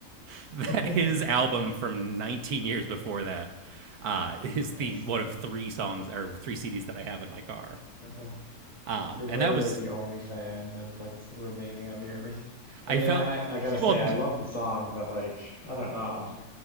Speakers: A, on the right; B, on the left.
A: <laughs> that
B: <laughs>
A: his album from 19 years before that uh is
B: Nice.
A: the one of three songs or three cds that i have in my car
B: Uh,
A: um
B: you're
A: and
B: probably
A: that was
B: like the only fan that that's remaining on the earth. I
A: i
B: mean,
A: felt
B: I, I I gotta say,
A: well
B: I love the song, but like, I don't know.